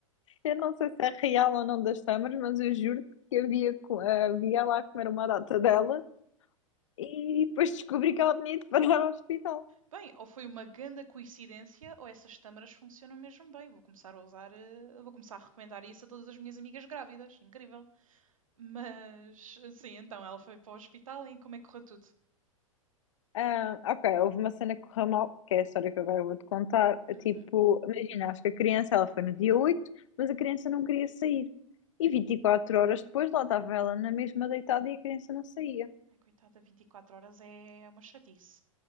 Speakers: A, on the left; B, on the right.
A: eu não sei se é real ou não das tâmaras, mas eu juro que havia, co- havia lá a comer uma data dela E depois descobri que ela tinha de parar ao hospital.
B: Bem, ou foi uma grande coincidência, ou essas tâmaras funcionam mesmo bem. Vou começar a usar, eh, vou começar a recomendar isso a todas as minhas amigas grávidas. Incrível. Mas, sim, então ela foi para o hospital e como é que correu tudo?
A: Ah, ok, houve uma cena que correu mal, que é a história que agora eu vou-te contar.
B: Uhum.
A: Tipo, imagina, acho que a criança, ela foi no dia oito mas a criança não queria sair. E 24 horas depois, lá estava ela na mesma deitada e a criança não saía.
B: Ai, coitada, 24 horas é uma chatice.